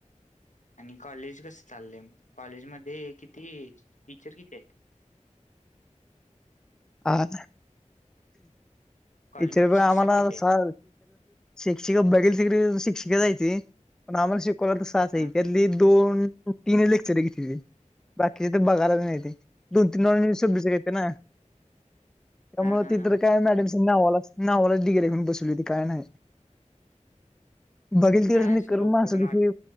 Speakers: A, on the left (about 75°); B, in the centre.
A: आणि कॉलेज कसं चाललंय मग कॉलेज मध्ये किती टीचर किती आहेत
B: आ
A: कॉलेजमध्ये
B: इतर
A: शिक्षक
B: आम्हाला
A: किती आहेत
B: शिक्षिक बघेल शिक्ष <inaudible> शिका जायची पण आम्हाला शिकवला तस असायची
A: ह
B: दोन तीन लेक्चर घेतलेली. बाकी बघायला नाहीे ते दोन तीन <inaudible> येते ना त्यामुळं
A: हा हा
B: तितर
A: हा
B: काय
A: ह
B: मॅडम नावालाच नावालाच डिग्री घेऊन बसवली होती काय नाही बघेल तिकडे
A: काय असेल उपयोग